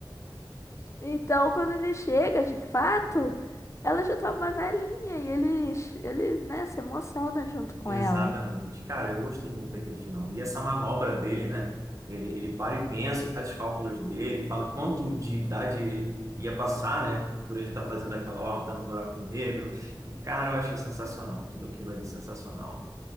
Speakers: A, on the left; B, on the right.
A: Então, quando ele chega, de fato, ela já tá uma velhinha e ele, ele, né, se emociona junto com
B: Exatamente.
A: ela.
B: Cara, eu gostei muito daquele final. E essa manobra dele, né? Ele, ele para e pensa, faz os cálculos dele, fala quanto de idade ele ia passar, né? Por ele estar fazendo aquela órbita no buraco negro. E, cara, eu achei sensacional. Tudo aquilo ali sensacional.